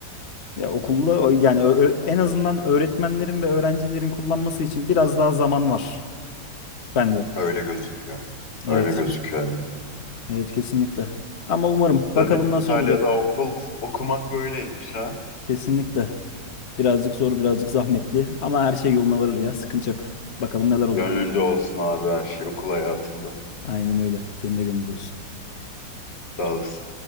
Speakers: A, on the left; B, on the left.
A: ya okulda yani ö- ö- en azından öğretmenlerin ve öğrencilerin kullanması için biraz daha zaman var bence.
B: Öyle gözüküyor. Öyle
A: Evet.
B: gözüküyor.
A: Evet kesinlikle. Ama umarım
B: Demek
A: bakalım
B: İtalya'da
A: nasıl olacak.
B: okul okumak böyleymiş ha.
A: Kesinlikle. Birazcık zor, birazcık zahmetli ama her şey yoluna varır ya. Sıkıntı yok. Bakalım neler olacak.
B: Gönlünce olsun abi her şey okul hayatında.
A: Aynen öyle. Senin de gönlünce olsun.
B: Sağ olasın.